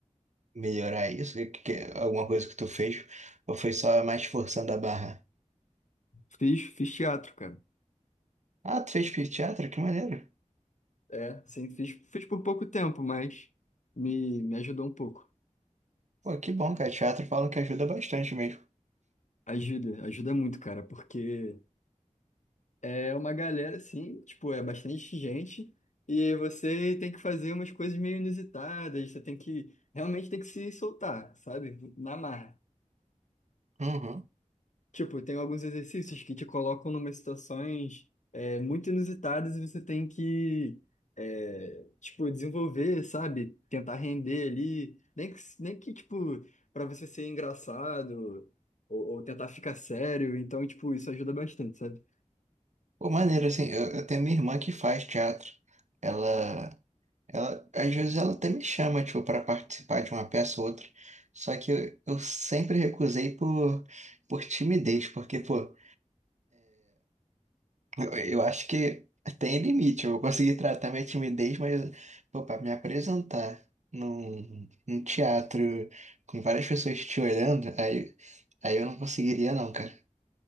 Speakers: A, on the right; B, on the left.
A: melhorar isso? Que, que- alguma coisa que tu fez? Ou foi só mais forçando a barra?
B: Fiz, fiz teatro, cara.
A: Ah, tu fez teatro? Que maneiro.
B: É, sim, fiz, fiz por pouco tempo, mas me, me ajudou um pouco.
A: Pô, que bom, cara. Teatro falam que ajuda bastante mesmo.
B: Ajuda, ajuda muito, cara, porque é uma galera, assim, tipo, é bastante gente e você tem que fazer umas coisas meio inusitadas, você tem que, realmente tem que se soltar, sabe? Na marra.
A: Uhum.
B: Tipo, tem alguns exercícios que te colocam numa situações é, muito inusitadas e você tem que, é, tipo, desenvolver, sabe? Tentar render ali. Nem que, nem que tipo, para você ser engraçado ou, ou tentar ficar sério. Então, tipo, isso ajuda bastante, sabe?
A: Pô, maneiro, assim, eu, eu tenho minha irmã que faz teatro. Ela, ela, às vezes ela até me chama, tipo, para participar de uma peça ou outra. Só que eu, eu sempre recusei por, por timidez, porque, pô, Eu, eu acho que tem limite. Eu vou conseguir tratar minha timidez, mas, pô, pra me apresentar num, num teatro com várias pessoas te olhando, aí, aí eu não conseguiria, não, cara.